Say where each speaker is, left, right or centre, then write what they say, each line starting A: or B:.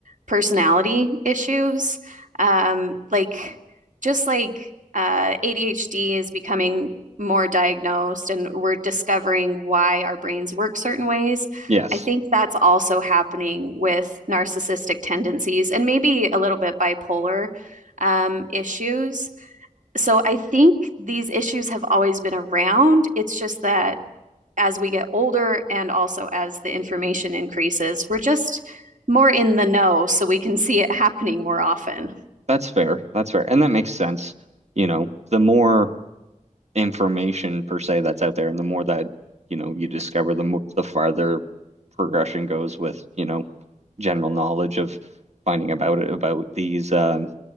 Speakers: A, on the right; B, on the right.
A: personality issues. Um, like, just like uh, ADHD is becoming more diagnosed and we're discovering why our brains work certain ways.
B: Yes,
A: I think that's also happening with narcissistic tendencies and maybe a little bit bipolar um, issues. So I think these issues have always been around. It's just that as we get older and also as the information increases, we're just more in the know so we can see it happening more often.
B: that's fair. That's fair. And that makes sense. You know, the more information per se that's out there and the more that, you know, you discover, the more the farther progression goes with, you know, general knowledge of finding about it, about these um,